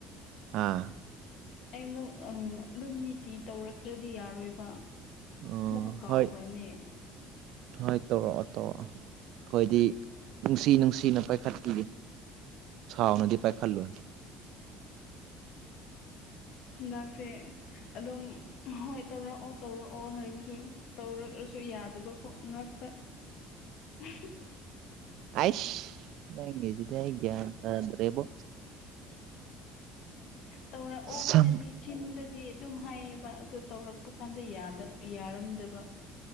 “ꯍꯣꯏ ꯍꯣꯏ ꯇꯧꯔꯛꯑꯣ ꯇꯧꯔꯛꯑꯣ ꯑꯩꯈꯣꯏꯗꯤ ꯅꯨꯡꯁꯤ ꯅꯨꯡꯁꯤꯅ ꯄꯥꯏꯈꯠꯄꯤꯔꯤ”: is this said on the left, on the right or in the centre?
Right